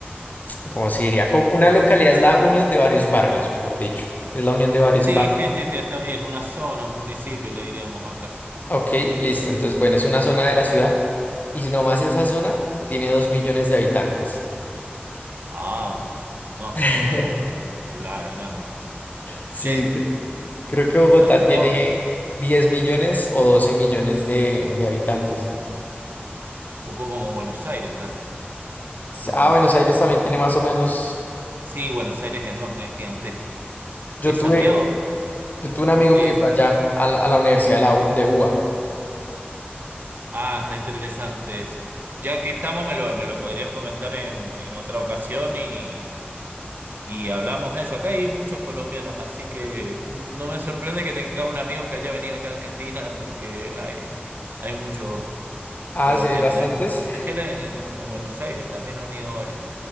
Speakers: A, on the left; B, on the right.
A: como se diría, como una localidad es la unión de varios barrios, mejor dicho, es la unión de varios
B: sí,
A: barrios.
B: sí, sí, sí, está bien, una zona, un municipio, le diríamos acá.
A: Ok, listo, entonces bueno, es una zona de la ciudad y si nomás esa zona tiene dos millones de habitantes.
B: Ah, fu- no,
A: <laughs>
B: no, no, no, está popular, es grande.
A: Sí,
B: Che,
A: cre- creo que Bogotá
B: Santiago,
A: tiene
B: un
A: 10 millones o 12 millones de, de habitantes.
B: poco como Buenos Aires casi. que Buenos
A: Ah, Buenos
B: Aires.
A: Aires
B: también.
A: también tiene más o menos.
B: Sí, Buenos Aires es enorme, es gigantesco.
A: Yo
B: ¿Es
A: tuve,
B: Santiago?
A: yo tuve un amigo
B: En-
A: que fue allá a la, a la Universidad de, la U- de UBA.
B: Ah, está interesante eso. Ya que estamos, me lo, me lo podrías comentar en, en otra ocasión y, y hablamos de eso. Acá hay muchos colombianos, así que no me sorprende que tenga un amigo que haya venido acá a Argentina, porque hay, hay muchos
A: Ah,
B: colombianos
A: sí, hay bastantes.
B: en en, en Buenos Aires también han ido varios.